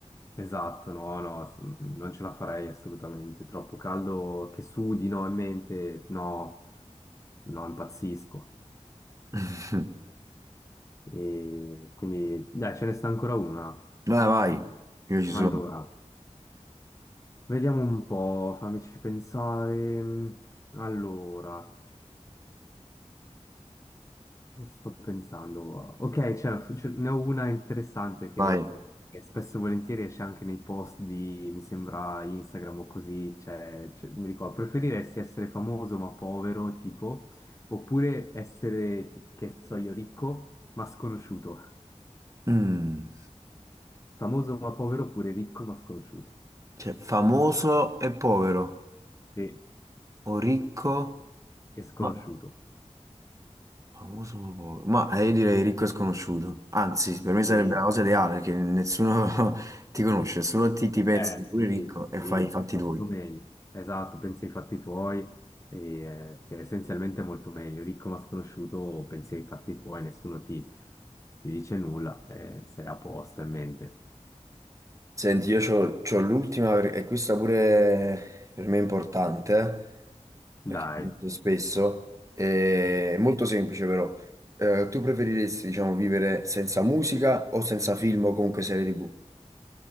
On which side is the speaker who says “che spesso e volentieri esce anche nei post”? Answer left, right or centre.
Left